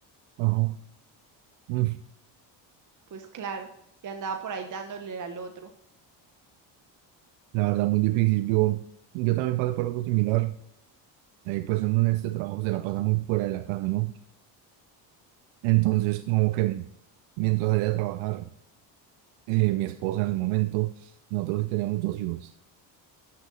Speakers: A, on the right (about 80°); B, on the right (about 40°).
A: Ajá. Mm,
B: Pues claro, si andaba por ahí dándole al otro.
A: La verdad, muy difícil. Yo, yo también pasé por algo similar. Ahí, pues uno en este trabajo se la pasa muy fuera de la casa, ¿no? Entonces, como que mientras salía a trabajar, eh, mi esposa en el momento, nosotros sí teníamos dos hijos.